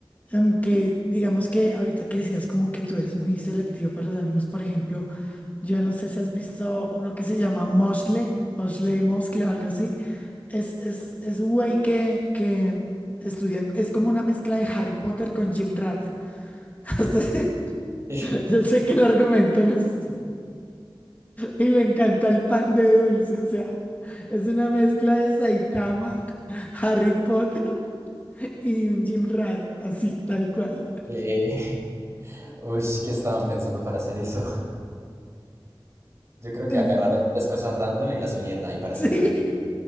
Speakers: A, on the left; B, on the right.
A: Aunque digamos que ahorita que decías como que tú eres muy selectivo para los animes, por ejemplo, yo no sé si has visto uno que se llama Moshle, Moshle Moscle o algo así. Es, es, es un güey que, que estudia, es como una mezcla de Harry Potter con Jim Rat. <laughs>
B: Ish,
A: Yo sé que el argumento no es... Y le encanta el pan de dulce, o sea, es una mezcla de Saitama, Harry Potter y un Jim Rat, así, tal cual.
B: ¿Qué? <laughs> Uy, ¿qué estaban pensando para hacer eso? Yo creo que
A: Es-
B: agarraron tres cosas random y las unieron ahí para hacer
A: sí,
B: el anime.